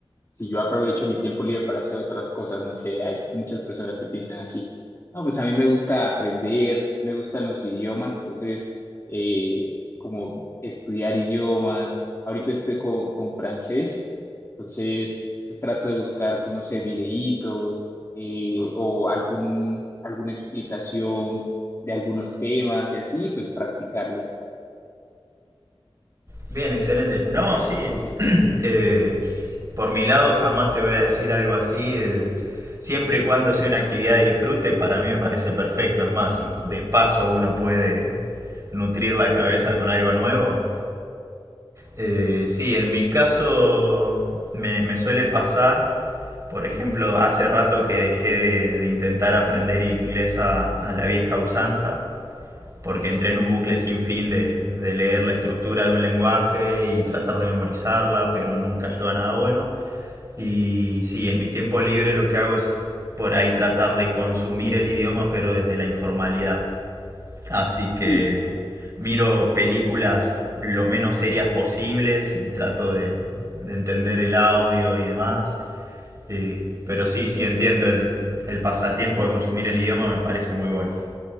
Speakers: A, on the left; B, on the right.
A: si yo aprovecho mi tiempo libre para hacer otras cosas, no sé, hay muchas personas que piensan así. No, pues a mí me gusta aprender, me gustan los idiomas, entonces, eh, como estudiar idiomas, ahorita estoy con, con francés. Entonces, pues, trato de buscar, pues, no sé, videitos eh, o algún, alguna explicación de algunos temas y así, pues practicarlo.
B: Bien, excelente. No, sí. <clears throat> Eh, por mi lado, jamás te voy a decir algo así. eh, siempre y cuando sea una actividad de disfrute, para mí me parece perfecto. Es más, si de paso uno puede nutrir la cabeza con algo nuevo, Eh, sí, en mi caso me, me suele pasar, por ejemplo, hace rato que dejé de, de intentar aprender inglés a, a la vieja usanza, porque entré en un bucle sin fin de, de leer la estructura de un lenguaje y tratar de memorizarla, pero nunca lleva a nada bueno. Y sí, en mi tiempo libre lo que hago es por ahí tratar de consumir el idioma, pero desde la informalidad. Así que
A: Sí,
B: miro películas lo menos serias posibles y trato de, de entender el audio y demás. Eh, pero sí, sí, entiendo el, el pasatiempo de consumir el idioma, me parece muy bueno.